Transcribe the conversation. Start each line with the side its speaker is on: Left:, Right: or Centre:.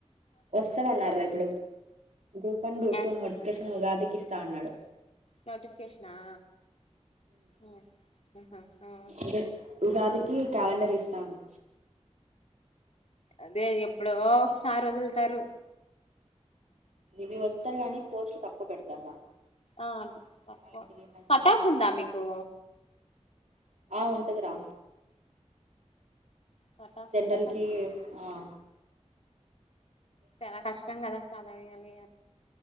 Right: వస్తంది అన్నారు ఇప్పుడు గ్రూప్ వన్ గ్రూప్
Left: వేస్తా
Right: టూ నోటిఫికేషన్ ఉగాదికి ఇస్తా అన్నాడు
Left: నోటిఫికేషన్ ఆ ఉ ఆహా అ
Right: అదే ఉగాదికి క్యాలెండర్ ఇస్తా అన్నా
Left: అదే ఎప్పుడో ఒకసారి వదులుతారు
Right: ఇవి వదులుతారు కానీ పోస్ట్లు తక్కువ పెడతారు రా
Left: ఆ తక్కువ
Right: నైన్టీ హండ్రెడ్
Left: కటాఫ్ ఉందా మీకు
Right: అంతే ఆ ఉంటదిరా
Left: కటాఫ్
Right: జనరల్
Left: ఉంటే
Right: కి ఆహ్
Left: చాన కష్టం కదా అక్క ఆలా వేయాలి